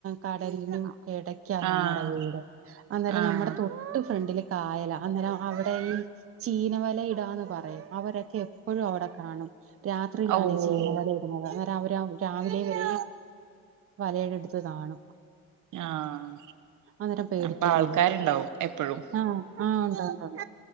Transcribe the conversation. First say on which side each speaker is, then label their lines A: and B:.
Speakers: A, on the right; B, on the right.
A: കടലിനും എട ക്കാ നമ്മടെ
B: ആഹ്
A: വീട് അന്നേരം
B: ആഹ്
A: നമ്മുടെ തൊട്ട് ഫ്രണ്ടില് കായല അന്നേരം അവിടെ ഈ ചീനവലയിടാന്ന് പറയും അവരൊക്കെ എ പ്പഴും അവിടെ കാണും രാത്രിയിലാണ്
B: ഓഹ്
A: ഈ ചീനവല ഇ ടുന്നത് അന്നേരം അവര് രാവിലെ വരെ വലയുടെ അടുത്ത് കാണും
B: ആഹ്
A: അന്നേരം പേടിക്കാനില്ല
B: അപ്പൊ ആൾക്കാര്ണ്ടാവും എപ്പഴും
A: ആഹ് ആഹ് ണ്ടാവുംണ്ടാവും